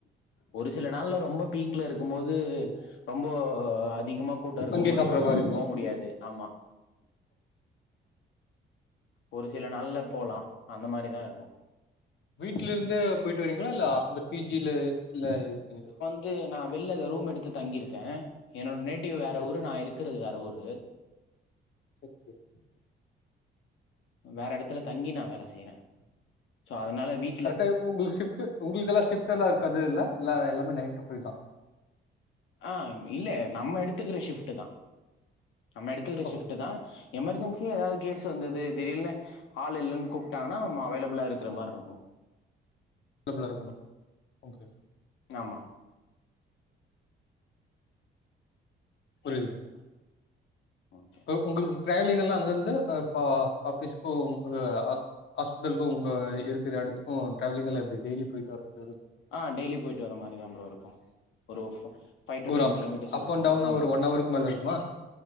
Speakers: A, on the left; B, on the left.
A: ஒரு சில நாள்ல ரொம்ப பீக்ல இருக்கும் போது ரொம்பே அதிகமா கூட்டம் இருக்கும்
B: அங்கயே
A: போது
B: சாப்புட்ற
A: பண்ண
B: மாரி இருக்கு
A: போ முடியாது ஆமா ஒரு சில நாள்ல போலா அந்த மாறி தா இருக்கும்
B: வீட்டுல இருந்தே போயிட்டு வரீங்களா இல்ல ஆ அந்த பி ஜி ல இல்ல இருக்கீங்க
A: ட்டு நா வெள்ல ரூம் எடுத்து தங்கிருக்கே என்னோட நேட்டிவ் வேற
B: சேரி
A: ஊரு
B: சேரி
A: நா இருக்குறது வேற ஊரு
B: சேர் சேரி
A: வேற இடத்துல தங்கி நா வேலை செய்யிறே சோ அதனால வீட்
B: கரெக்டா உங்களுக்கு ஷிப்ட்டு உங்களுக்கு எல்லா ஷிப்டல்லா இருக்கதுல இல்ல எல்லாமே நைன் டு ஃபைவ் தா
A: ஆ இல்ல நம்ம எடுத்துக்கிற ஷிஃப்ட்டு தா நம்ம எடுத்துக்கிற
B: ஓகே
A: ஷிப்ட்டு தா எமர்ஜென்சிய ஏதாவது கேஸ்சு வந்தது திடீர்னு ஆள் இல்லன்னு கூப்ட்டாங்கன்னா நம்ப அவைலபில்லா இருக்கற மாறி இருக்கும்
B: தொடர்புல இருக்கணு ஓகே ஓகே
A: ஆமா
B: புரியுது ப்ரோ
A: ஆம்
B: ப்ரோ உங்களுக்கு டிராவலிங் எல்லா அங்க இருந்து ஆ இப்ப ஆஃபீஸ்சுக்கு உங் உங்கள ஆ ஹாஸ்பிட்டலுக்கு உங்க இருக்கிற இடத்துக்கு டிராவலி்ங்கலா எப்டி டெய்லி போயிட்டு வரதுக்
A: ஆ டெய்லி போயிட்டு வர மாறி தா ப்ரோ இருக்கும் ஒரு ஃபை ஃபைவ் டு
B: ஒரு
A: ten
B: up
A: kilometres
B: up
A: இருக்கும்
B: and டவுன்
A: ஆமா
B: ஒரு ஒன் ஹவருக்கு மேல இருக்குமா